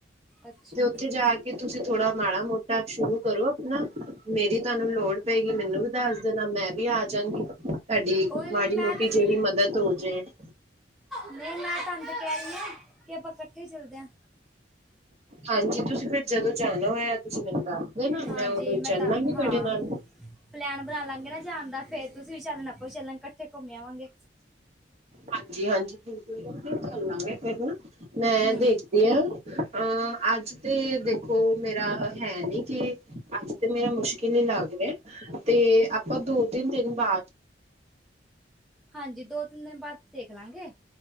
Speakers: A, in the centre; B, on the right.
A: ਅੱਛਾ
B: ਤੇ ਉੱਥੇ
A: ਜੀ
B: ਜਾ ਕੇ ਤੁਸੀਂ ਥੋੜਾ ਮਾੜਾ ਮੋਟਾ ਸ਼ੁਰੂ ਕਰੋ ਆਪਣਾ ਮੇਰੀ ਤੁਹਾਨੂੰ ਲੋੜ ਪਏਗੀ? ਮੈਨੂੰ ਵੀ ਦੱਸ ਦੇਣਾ ਮੈਂ ਵੀ ਆ ਜਾਂਗੀ ਤੁਹਾਡੀ
A: ਕੋਈ ਨਹੀਂ
B: ਮਾੜੀ
A: ਮੈਂ
B: ਮੋਟੀ
A: ਤਾਂ ਕਿ-
B: ਜਿਹੜੀ ਮਦਦ ਹੋਜੇ <inaudible>
A: ਨਹੀਂ ਮੈਂ ਤੰਦ ਕਹਿ ਰਹੀ ਐ ਕਿ ਆਪਾਂ ਇਕੱਠੇ ਚਲਦੇ ਆ
B: ਹਾਂਜੀ ਤੁਸੀਂ ਫਿਰ ਜਦੋਂ ਜਾਣਾ ਹੋਇਆ ਤੁਸੀਂ ਦੱਸਦੋ? ਨਾਲ
A: ਹਾਂਜੀ
B: ਮੈਂ ਉਦੋਂ ਹੀ ਚੱਲਾਂਗੀ
A: ਤਾਂ
B: ਤੁਹਾਡੇ
A: ਹਾਂ
B: ਨਾਲ
A: ਪਲਾਨ ਬਣਾ ਲਾਂਗੇ ਨਾ ਜਾਣ ਦਾ ਫੇਰ ਤੁਸੀਂ ਵੀ ਚੱਲਣ ਆਪਾਂ ਚੱਲਣ ਇਕੱਠੇ ਘੁੰਮੇ ਆਵਾਂਗੇ।
B: ਹਾਂਜੀ-ਹਾਂਜੀ ਬਿਲਕੁਲ ਕਿ ਚਲਾਂਗੇ ਫਿਰ ਨਾ ਮੈਂ
A: ਹੂੰ
B: ਦੇਖਦੀ ਹਾਂ ਅਹ ਅੱਜ ਤੇ ਦੇਖੋ ਮੇਰਾ ਹੈ ਨੀ ਕਿ ਅੱਜ ਤੇ ਮੇਰਾ ਮੁਸ਼ਕਿਲ ਲੱਗ ਰਿਹਾ ਤੇ ਆਪਾਂ ਦੋ ਤਿੰਨ ਦਿਨ ਬਾਅਦ
A: ਹਾਂਜੀ ਦੋ ਤਿੰਨ ਦਿਨ ਬਾਅਦ ਦੇਖਣਗੇ,